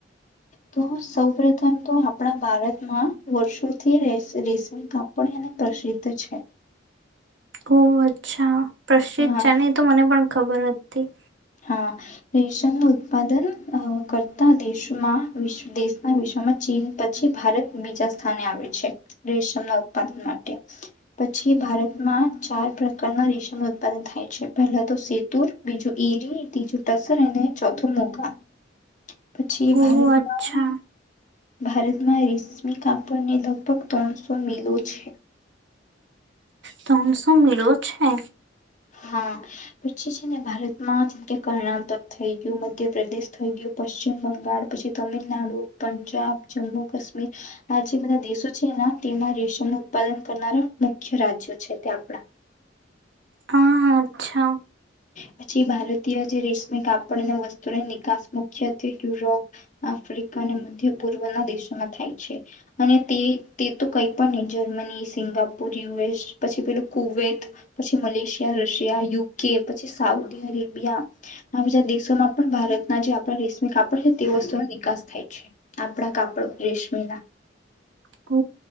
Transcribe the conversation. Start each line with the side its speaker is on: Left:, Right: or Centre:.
Left: તો સૌપથમ તો આપણા ભારતમાં વર્ષોથી રેશમી કાપડ એને પ્રસિદ્ધ છે
Right: ઓ અચ્છા પ્રશ્ત
Left: હા
Right: છે નહી તો મને પણ ખબર હતી હતી
Left: હા રેશમનું ઉત્પાદન કરતા દેશોમાં વિશ્ દેશના વિશ્વમાં ચીન પછી ભારત બીજા સ્થાને આવે છે રેશમના ઉત્પાદન માટે પછી ભારતમાં ચાર પ્રકારના રેશમ ઉત્પાદન થાય છે પહેલા તો સેતુર બીજું પીરીથી ચુટસરને ચોથો મોગા પછી એ ભારતમાં
Right: ઓહ અચ્છા
Left: ભારતમાં રેશમી કાપડને લગભગ ત્રણસો મિલો છે
Right: ત્રણ સોશું મીલો છે
Left: હા પછી છે ને ભારતમાં જે કે કર્ણાટક થઈ ગયું મધ્યપ્રદેશ થઈ ગયું પશ્ચિમ બંગાળ પછી તમિલનાડુ પંજાબ જમ્મુ કાશ્મીર આ જે બધા દેશો છે તેમાં રેશમનું ઉત્પાદન કરનારા મુખ્ય રાજ્યો છે તે આપણા
Right: હા હા અચ્છા
Left: પછી ભારતીય જે રેશમી કાપડ અને વસ્તુની નિકાસ મુખ્યત્વે યુરોપ આફ્રિકા અને મધ્ય પૂર્વ ના દેશોમાં થાય છે અને તે તે તો કંઈ પણ નહી જર્મની સિંગાપુર યુએસ પછી પેલું કુવત પછી મલેશિયા રશિયા યુ કે પછી સાઉદી અરેબિયા આ બધા દેશોમાં પણ ભારતના જે આપડા કપડતી વસ્તુ નિકાસ થાય આપણા કાપડ રેશમી ના
Right: કો